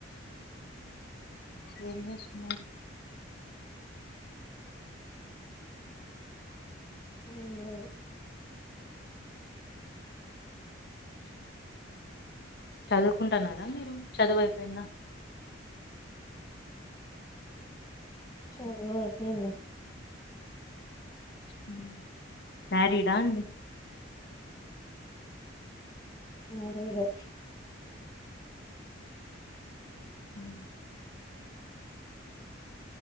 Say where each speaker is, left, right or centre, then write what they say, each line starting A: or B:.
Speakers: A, on the left (about 55°); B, on the left (about 20°).
A: ఏం చేస్తున్నారు
B: ఏం లేదు
A: చదువుకుంటున్నారా మీరు చదువు అయిపోయిందా
B: చోవు అయిపోయింది
A: అ మ్యారీడా అండి
B: మరేదే
A: ఉ